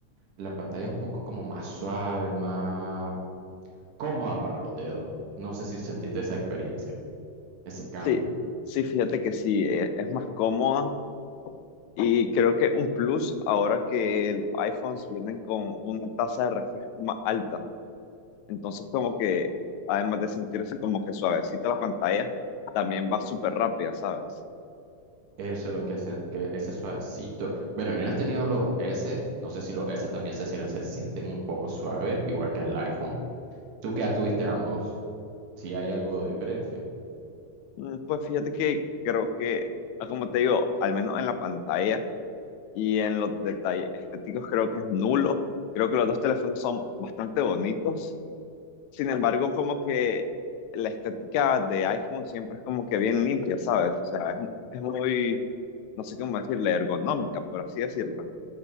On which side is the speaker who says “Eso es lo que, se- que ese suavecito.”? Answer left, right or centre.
Right